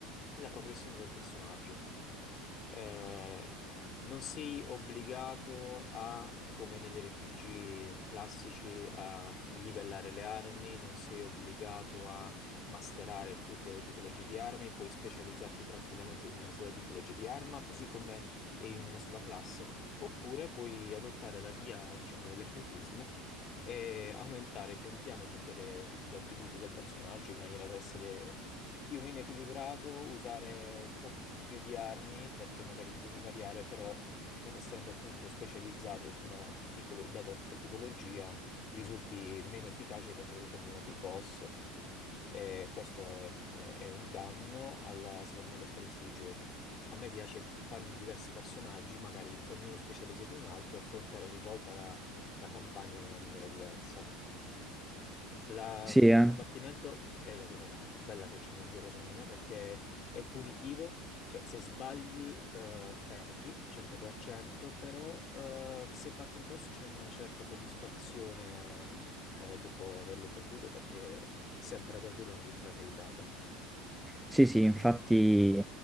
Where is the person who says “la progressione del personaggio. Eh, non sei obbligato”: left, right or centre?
Left